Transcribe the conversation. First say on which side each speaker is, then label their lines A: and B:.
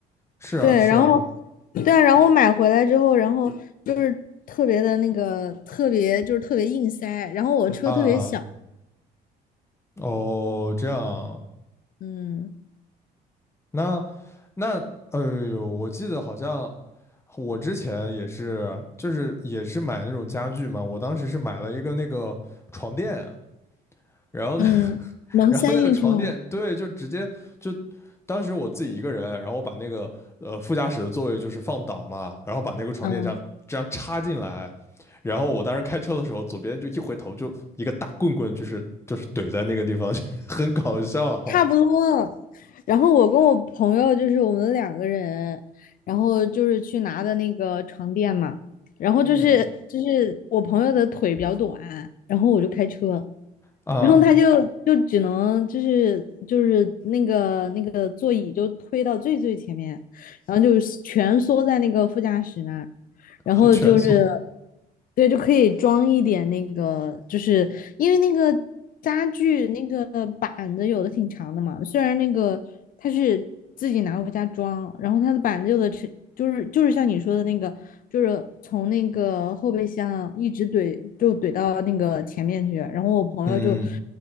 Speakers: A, on the left; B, on the left.
A: 是啊，
B: 对，
A: 是啊，
B: 然后对啊，然后买回来之后，然后就是特别的那个特别就是特别硬塞，然后我车特别小。
A: 啊，哦，这样啊，
B: 嗯
A: 那那，哎呦，我记得好像我之前也是，就是也是买那种家具嘛，我当时是买了一个那个床垫啊，然后呢，
B: 嗯，
A: <laughs>
B: 能塞进去吗？
A: 然后那个床垫，对，就直接就当时我自己一个人，然后我把那个呃副驾驶的座位就是放倒嘛，然后把那个床垫这样这样插进来，
B: 嗯，
A: 然后我当时开车的时候，左边就一回头就一个大棍棍，就是就是怼在那个地方，<laughs> 很搞笑
B: 差不多。然后我跟我朋友就是我们两个人，然后就是去拿的那个床垫嘛，然后就是就是我朋友的腿比较短，
A: <laughs> 嗯，
B: 然后我就开车，
A: 啊，
B: 然后他就就只能就是就是那个那个座椅就推到最最前面，然后就是蜷缩在那个副驾驶那儿。
A: 好蜷缩。
B: 然后就是，对，就可以装一点那个，就是因为那个家具那个板子有的挺长的嘛，虽然那个它是自己拿回家装，然后它的板子有的是就是就是像你说的那个，就是从那个后备箱一直怼就怼到那个前面去，然后我朋友就
A: 嗯，